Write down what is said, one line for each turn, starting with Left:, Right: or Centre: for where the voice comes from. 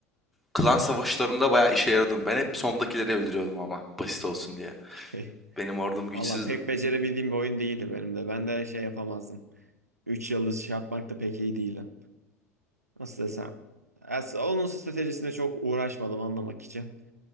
Centre: Klan savaşlarında bayağı işe yarıyordum. Ben hep sondakileri öldürüyordum ama basit olsun diye.
Right: <laughs>
Centre: Benim ordum güçsüzdü.
Right: Valla pek becerebildiğim bir oyun değildi benim de. Ben de şey yapamazdım. 3 yıldız şey yapmak da pek iyi değilim. Nasıl desem. As- Onun stratejisine çok uğraşmadım anlamak için.